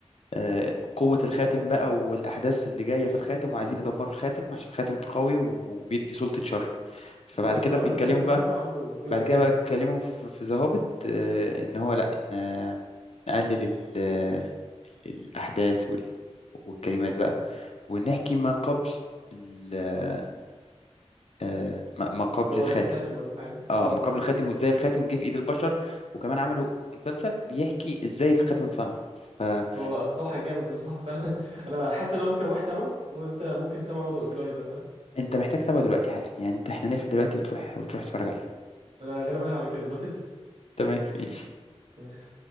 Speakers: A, on the left; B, on the right.
A: آه، قوة الخاتم بقى والأحداث اللي جاية في الخاتم وعايزين يدمروا الخاتم عشان الخاتم قوي وبيدي سلطة شر فبعد
B: بالظبط
A: كده
B: فاخدوا
A: بيتكلموا
B: جزء
A: بقى
B: منها وعملوا جزء
A: بعد كده
B: كامل
A: بقى اتكلموا
B: منها،
A: في ذا هوبيت إن هو لأ إن نقلل ال- الأحداث وال- والكلمات بقى ونحكي ما قبل ال- آه، ما ما قبل
B: اللي هو
A: الخاتم
B: الخاتم والحاجه
A: اه
B: اه
A: ما قبل الخاتم وازاي الخاتم
B: فهمت
A: جه في ايد البشر وكمان عملوا مسلسل بيحكي ازاي الخاتم اتصنع فانت
B: هو اقتراحك جامد بصراحه فانا <laughs> انا حاسس ان انا ممكن واحد تابعه وانت ممكن تتابع برضه اوكلايزر فاهم
A: محتاج تتابعه دلوقتي حالا يعني انت احنا نقفل دلوقتي وتروح وتروح تتفرج عليه
B: انا غالبا هعمل كده دلوقتي
A: تمام ماشي
B: <laughs>